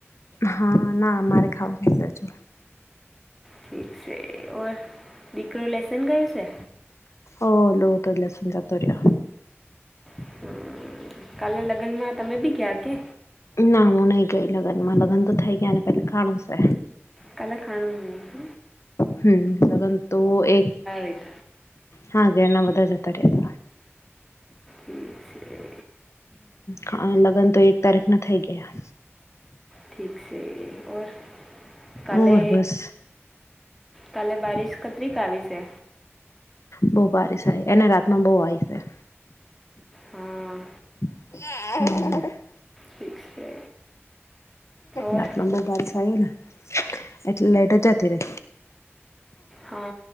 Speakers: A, on the left; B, in the centre.
A: હા ના, મારે હજુ ખાવું છે.
B: ઠીક છે, ઓર દીકરો લેસન ગયું છે.
A: ઓ લો લો, તો લસ જાતો રહ્યા.
B: હમ, કાલે લગ્નમાં તમે બી ગયા કે?
A: ના, હું નઈ ગઈ લગ્ન માં. લગન તો થઈ ગયા ને, પણ ખાવાનું છે.
B: કાલ ખાણું હોય, હ.
A: હમ, લગન તો એક
B: વેત
A: હા ઘેરના બધા જ હતા રહ્યા હતા.
B: ઉ છે. <unintelligible>
A: હ, અને લગ્ન તો એક તારીખ ના થઈ ગયા.
B: ઠીક છે, ઓર કાલે
A: ઓર બસ
B: કાલે બારિશ કટરીક આવી છે.
A: બહ બારીસાય એને રાતમાં બહુ આવીય
B: હંઅંઅ
A: <inaudible>
B: ઠીક છે. ઓર
A: રાતના બવ બારીસ આયી ને એટલે લાઇટો જતી રે
B: હ